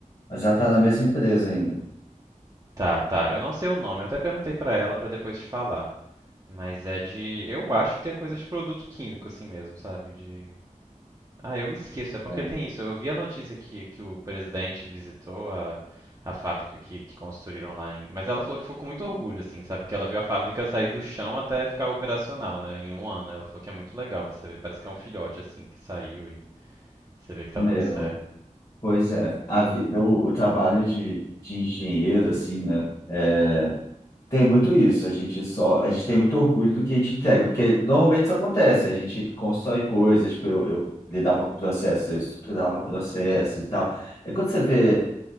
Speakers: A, on the left (about 45°); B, on the right (about 30°).
A: Mas ela tá na mesma empresa ainda.
B: Tá, tá. Eu não sei o nome, eu até perguntei pra ela pra depois te falar. Mas é de. Eu acho que é coisa de produto químico, assim mesmo, sabe? De. Ah, eu me esqueço, é porque
A: É.
B: tem isso. Eu vi a notícia que, que o presidente visitou a, a fábrica que, que construíram lá em. Mas ela falou que ficou com muito orgulho, assim, sabe? Que ela viu a fábrica sair do chão até ficar operacional, né? Em um ano. Ela falou que é muito legal você vê. Parece que é um filhote, assim, que saiu e você vê que tá
A: Meu,
B: dando certo.
A: pois é. A vida, o, o trabalho de, de engenheiro, assim, né? É, tem muito isso. A gente só, a gente tem muito orgulho do que a gente entrega, porque normalmente isso acontece. A gente constrói coisas, tipo, eu, eu lidava com processos, eu estruturava processos e tal. E quando você vê